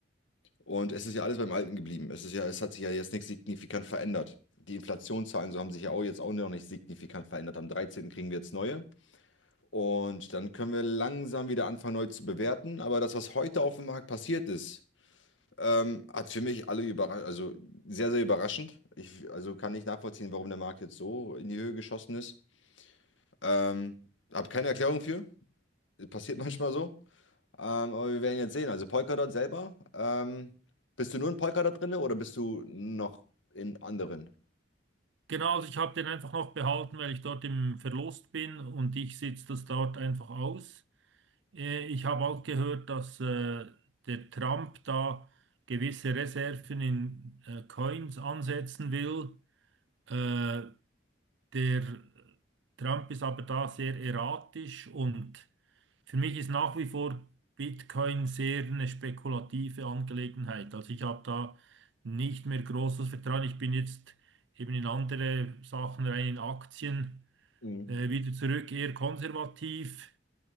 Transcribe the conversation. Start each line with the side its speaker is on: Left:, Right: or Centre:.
Left: und es ist ja alles beim Alten geblieben. Es ist ja, es hat sich ja jetzt nichts signifikant verändert. Die Inflationszahlen, so haben sich ja auch jetzt auch noch nicht signifikant verändert. Am 13. kriegen wir jetzt neue. Und dann können wir langsam wieder anfangen, neu zu bewerten. Aber das, was heute auf dem Markt passiert ist, ähm, hat für mich alle überrascht, also sehr, sehr überraschend. Ich, also kann nicht nachvollziehen, warum der Markt jetzt so in die Höhe geschossen ist. Ähm, habe keine Erklärung für. Passiert <laughs> manchmal so. Ähm, aber wir werden jetzt sehen. Also Polkadot selber, ähm, bist du nur in Polkadot drin oder bist du noch in anderen?
Right: Genau, also ich habe den einfach noch behalten, weil ich dort im Verlust bin und ich sitze das dort einfach aus. Äh, Ich habe auch gehört, dass äh, der Trump da gewisse Reserven in äh, Coins ansetzen will. Äh, der Trump ist aber da sehr erratisch und für mich ist nach wie vor Bitcoin sehr eine spekulative Angelegenheit. Also ich habe da nicht mehr großes Vertrauen. Ich bin jetzt eben in andere Sachen rein, in Aktien,
Left: Mhm.
Right: äh, wieder zurück, eher konservativ.